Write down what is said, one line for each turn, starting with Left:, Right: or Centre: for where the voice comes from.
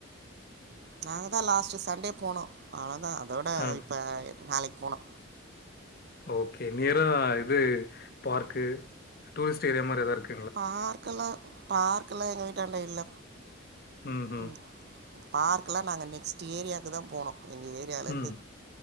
Right: நாங்கதா லாஸ்ட்டு சண்டே போனோ அவ்ளதா அதோட
Left: ஆ.
Right: இப்போ நாளைக்கு போணு
Left: ஓகே நியரா இது பார்க்கு டூரிஸ்ட் ஏரியா மாரி எதா இருக்
Right: பார்க்கெல்லா பார்க்கெல்லா எங்க வீட்டாண்ட இல்ல
Left: ம்ஹ்ம்.
Right: ம் பார்க்குலா நாங்க நெக்ஸ்ட் ஏரியாக்கு தா போணு எங்க ஏரியாலருந்து
Left: ம்.